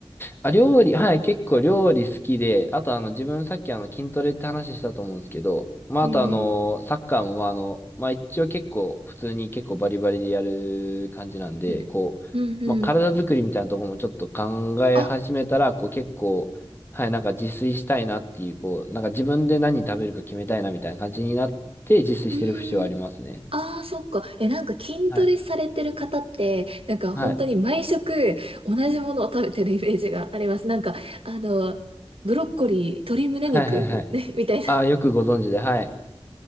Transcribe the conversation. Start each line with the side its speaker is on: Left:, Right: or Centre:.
Left: あ、料理、はい、結構料理好きで、あとあの、自分さっきあの、筋トレって話したと思うんですけど、まあ、
Right: うん
Left: あとあの、サッカーもまあ、あの、まあ、一応結構、普通に結構バリバリでやる感じなんで、
Right: うん。
Left: こう、
Right: うんうん。
Left: まあ、体作りみたいなところもちょっと考え始めたら、
Right: あ、
Left: こう結構、はい、なんか自炊したいなっていう、こう、なんか自分で何食べるか決めたいなみたいな感じになって、自炊してる節はありますね。
Right: うん。ああ、そっか。え、なんか筋トレされてる方って、
Left: はい。
Right: なんか本当に毎食同じものを食べてるイメージがあります。
Left: はい。
Right: なんか、あの、ブロッコリー、鶏胸肉、
Left: はいはいはい。
Right: ね、みたいな。
Left: ああ、よくご存知で、はい。